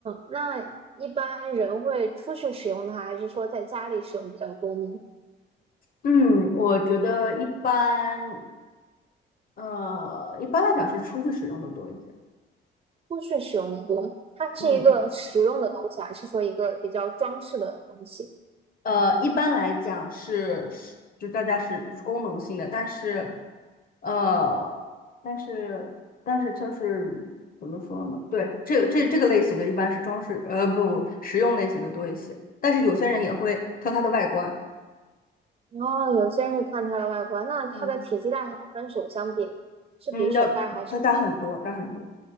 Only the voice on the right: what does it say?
那一般人会出去使用它，还是说在家里使用比较多呢？
出去使用的多，它是一个实用的东西，
还是说一个比较装饰的东西？
哦，有些人会看它的外观，那它的体积大小跟手相比呢是比手大还是